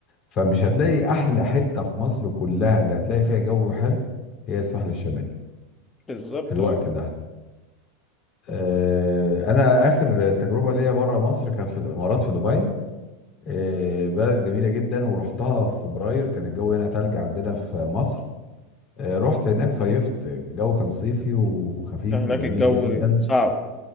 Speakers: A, on the left (about 45°); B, on the left (about 20°).
A: فمش هتلاقي أحلى حتة في مصر كلها اللي هتلاقي فيها جو حلو هي الساحل الشمالي
B: بالظبط
A: في الوقت
B: آه.
A: ده آه، انا اخر تجربه ليا بره مصر كانت في الامارات في دبي آه، بلد جميله جدا ورحتها في فبراير كان الجو هنا تلج عندنا في مصر آه، رحت هناك صيفت الجو كان صيفي وخفيف
B: يعني هناك
A: وجميل
B: الجو
A: جدا
B: صعب